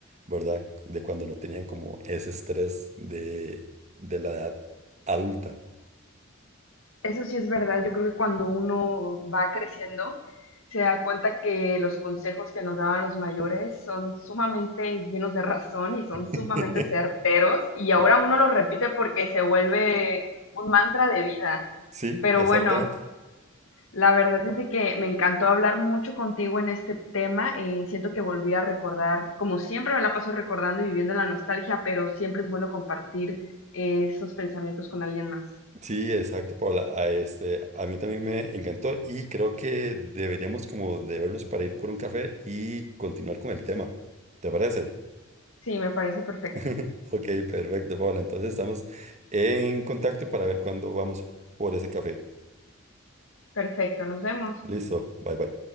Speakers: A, on the right; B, on the left.
A: ¿verdad? De cuando no tenían como ese estrés de, de la edad adulta.
B: Eso sí es verdad, yo creo que cuando uno va creciendo, se da cuenta que los consejos que nos daban los mayores son sumamente llenos de razón y son sumamente
A: <laughs>
B: certeros y ahora uno los repite porque se vuelve un mantra de vida.
A: Sí,
B: Pero
A: exactamente.
B: bueno, La verdad es de que me encantó hablar mucho contigo en este tema. eh, siento que volví a recordar, como siempre me la paso recordando y viviendo la nostalgia, pero siempre es bueno compartir eh, esos pensamientos con alguien más.
A: Sí, exacto, Paula. A, este, a mí también me encantó y creo que deberíamos como de vernos para ir por un café y continuar con el tema. ¿Te parece?
B: Sí, me parece perfecto.
A: <laughs> Ok, perfecto, Paula. Entonces estamos en contacto para ver cuándo vamos por ese café.
B: Perfecto, nos vemos.
A: Listo, bye bye.